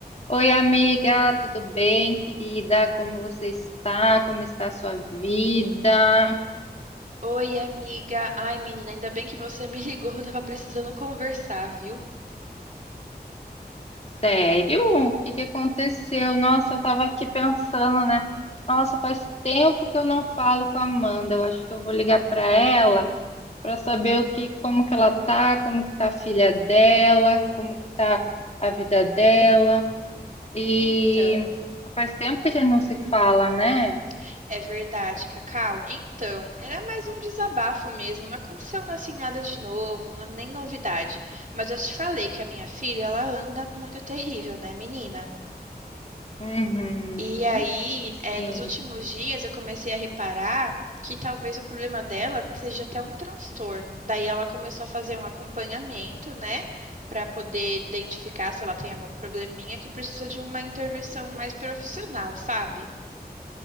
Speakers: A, on the left (about 40°); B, on the right (about 50°).
A: Oi, amiga, tudo bem, querida? Como você está? Como está a sua vida?
B: Oi, amiga. Ai, menina, ainda bem que você me <laughs> ligou, eu tava precisando conversar, viu?
A: Sério? O que que aconteceu? Nossa, eu estava aqui pensando, né? Nossa, faz tempo que eu não falo com a Amanda. Eu acho que eu vou ligar para ela para saber o que, como que ela tá, como que tá a filha dela, como que tá a vida dela. E
B: Então,
A: faz tempo que a gente não se fala, né?
B: hum, é verdade, Cacau. Então, era mais um desabafo mesmo, não aconteceu assim nada de novo, não- nem novidade. Mas eu te falei que a minha filha, ela anda muito terrível, né, menina?
A: Uhum.
B: E aí,
A: Sim,
B: eh, nos últimos dias, eu comecei a reparar que talvez o problema dela seja até um transtorno. Daí ela começou a fazer um acompanhamento, né, para poder identificar se ela tem algum probleminha que precisa de uma intervenção mais profissional, sabe?